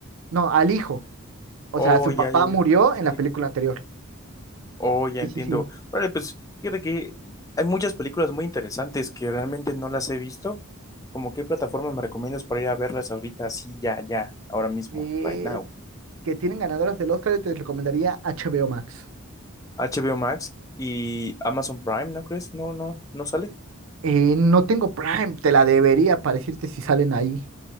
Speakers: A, on the right (about 70°); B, on the left (about 15°).
A: No, al hijo, o
B: Oh,
A: sea, su
B: ya,
A: papá
B: ya, ya.
A: murió
B: Sí,
A: en la
B: sí.
A: película anterior.
B: Oh, ya
A: Sí,
B: entiendo.
A: sí, sí.
B: Órale, pues fíjate que hay muchas películas muy interesantes que realmente no las he visto. ¿Cómo qué plataforma me recomiendas para ir a verlas ahorita, así, ya, ya, ahora mismo,
A: eh,
B: right now?
A: que tienen ganadoras del Oscar, yo te recomendaría HBO Max.
B: HBO Max y Amazon Prime, ¿no crees? No, no, no sale.
A: Eh, no tengo Prime, te la debería para decirte si salen ahí.